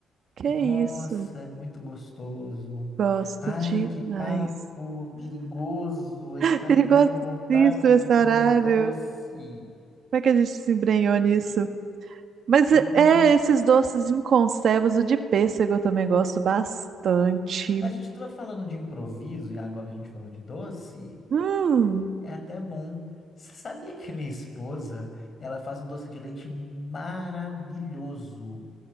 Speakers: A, on the right (about 60°); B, on the left (about 40°).
A: que
B: Nossa,
A: isso.
B: é muito gostoso.
A: Gosto
B: Ai,
A: demais.
B: que papo perigoso.
A: <laughs>
B: Ele tá
A: Perigosíssimo
B: me dando vontade
A: esse
B: de comer
A: horário.
B: um doce.
A: Como é que a gente se embrenhou nisso? Mas
B: Hum.
A: é, é, esses doces em conservas, o de pêssego eu também gosto bastante.
B: A gente estava falando de improviso e agora a gente falou de doce.
A: Hum,
B: É até bom. Você sabia que a minha esposa, ela faz um doce de leite maravilhoso,